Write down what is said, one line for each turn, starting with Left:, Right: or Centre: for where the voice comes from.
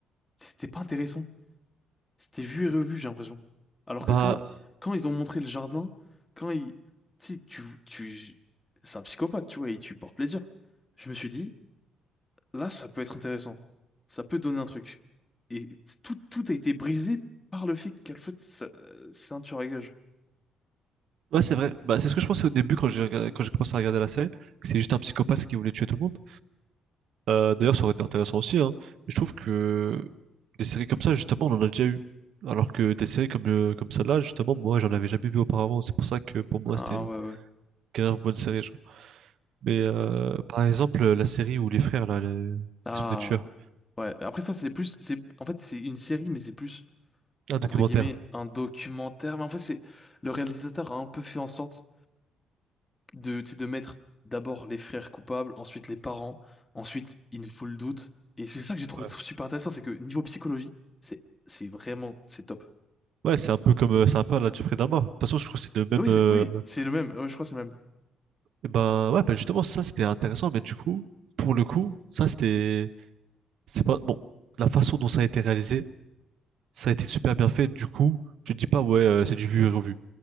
Left: C'était pas intéressant. C'était vu et revu, j'ai l'impression. Alors
Right: Bah,
Left: que quand, quand ils ont montré le jardin, quand ils, tu sais, tu, tu, c'est un psychopathe, tu vois, il tue par plaisir. Je me suis dit. là, ça peut être intéressant. Ça peut donner un truc. Et tout, tout a été brisé par le fait qu'elle fasse sa- euh, c'est un tueur à gage.
Right: ouais, c'est vrai. Bah, c'est ce que je pensais au début quand j'ai regardé- quand j'ai commencé à regarder la série, que c'est juste un psychopathe qui voulait tuer tout le monde. Euh, d'ailleurs, ça aurait été intéressant aussi, hein. Mais je trouve que des séries comme ça, justement, on en a déjà eu. Alors que des séries comme, euh, comme celle-là, justement, moi, j'en avais jamais vu auparavant. C'est pour ça que pour moi,
Left: Ah
Right: c'était une
Left: ouais, ouais.
Right: grave bonne série. genre. Mais euh, par exemple, la série où les frères, là, les-
Left: Ah
Right: qui sont des tueurs,
Left: ouais. Après ça, c'est plus, c'est, en fait, c'est une série, mais c'est plus,
Right: Un documentaire.
Left: entre guillemets, un documentaire. Mais en fait, c'est, le réalisateur a un peu fait en sorte de, tu sais, de mettre d'abord les frères coupables, ensuite les parents, ensuite il nous faut le doute. Et c'est ça que j'ai trouvé
Right: Ouais,
Left: super intéressant, c'est que niveau psychologie, c'est, c'est vraiment, c'est top.
Right: Ouais, c'est un peu comme euh, c'est un peu à la Jeffrey Dahmer. De toute façon, je crois que c'est le même.
Left: Oui, c'est,
Right: euh,
Left: oui, c'est le même. Ouais, je crois que c'est le même.
Right: eh ben ouais, ben justement, ça c'était intéressant, mais du coup, pour le coup, ça c'était c'est pas bon. La façon dont ça a été réalisé, ça a été super bien fait. Du coup, tu te dis pas ouais, euh, c'est du vu et revu.